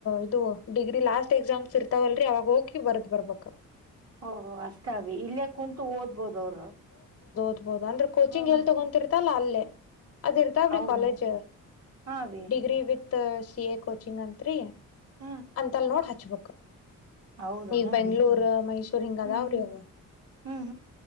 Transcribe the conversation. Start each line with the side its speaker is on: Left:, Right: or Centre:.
Left: ಇದು ಡಿಗ್ರಿ ಲಾಸ್ಟ್ ಎಕ್ಸಾಮ್ಸ್ ಇರ್ತಾವಲ್ರರಿ ಅವಾಗ ಹೋಗಿ ಬರ್ದ್ ಬರ್ಬಕ್
Right: ಓಹೋ ಅಷ್ಟಾವ ಇಲ್ಲೇ ಕುಂತು ಓದ್ಬೋದು ಅವರು
Left: ಬಹುದು ಅಂದ್ರೆ ಕೋಚಿಂಗ್
Right: ಹ್ಮ್ ಹ್ಮ್
Left: ಎಲ್ಲಿ ತೊಗೊಂತಿರ್ತಲ್ಲ ಅಲ್ಲೇ ಅದ್ ಇರ್ತಾವ್ರಿ
Right: ಹೌದ
Left: ಕಾಲೇಜ್
Right: ಹಾ ಅವಿ
Left: degree with C A coaching ಅತ್ರಿ
Right: ಹಾ
Left: ಅಂತಲ್ ನೋಡ್ ಹಚ್ಬೇಕು
Right: ಹೌದನ
Left: ಈಗ ಬೆಂಗಳೂರ್
Right: ಅವಿ
Left: ಮೈಸೂರ್ ಹಿಂಗ
Right: ಹ್ಮ್
Left: ಅದಾವ್ರಿ
Right: ಹ್ಮ್
Left: ಅವ
Right: ಹ್ಮ್